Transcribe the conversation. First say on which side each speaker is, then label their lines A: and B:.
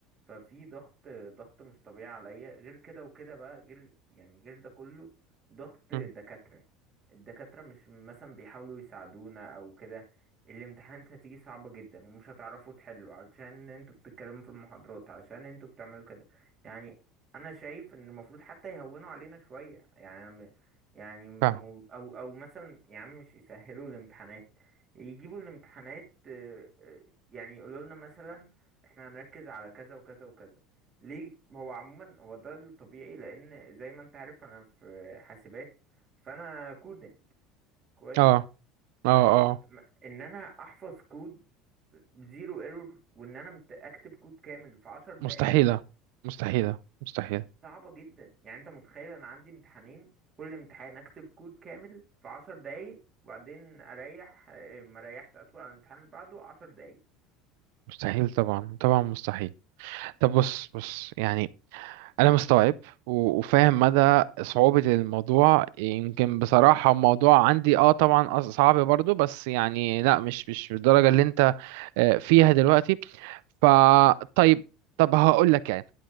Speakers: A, on the right; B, on the right.
A: ففي ضغط ضغط مش طبيعي عليا غير كده وكده بقى غير يعني غير ده كله ضغط دكاترة
B: مم.
A: الدكاترة مش مثلا بيحاولوا يساعدونا او كده الامتحانات هتيجي صعبة جدا ومش هتعرفوا تحلوا علشان انتوا بتتكلموا في المحاضرات عشان انتوا بتعملوا كده يعني انا شايف ان المفروض حتى يهونوا علينا شوية يعني يعني مو-
B: فاهم
A: او او مثلا يا عم مش يسهلوا الامتحانات يجيبوا الامتحانات آه، آه، يعني يقولوا لنا مثلا احنا هنركز على كذا وكذا وكذا ليه هو عموما هو ده الطبيعي لان زي ما انت عارف انا في حاسبات فانا كودنج كويس
B: اه اه
A: فان
B: اه
A: انا احفظ كود بزيرو ايرور وان انا مت- اكتب كود كامل في عشر دقايق
B: مستحيله مستحيله مستحيله
A: صعبة جدا يعني انت متخيل انا عندي امتحانين كل امتحان اكتب كود كامل في عشر دقايق وبعدين اريح آه، ما اريحش اطول على الامتحان اللي بعده عشر دقايق
B: مستحيل طبعا طبعا مستحيل طب بص بص يعني انا مستوعب و- وفاهم مدى صعوبة الموضوع يمكن بصراحة الموضوع عندي اه طبعا أص- صعب برضو بس يعني لا مش مش بالدرجة اللي انت آه، فيها دلوقتي فطيب طب هقول لك يعني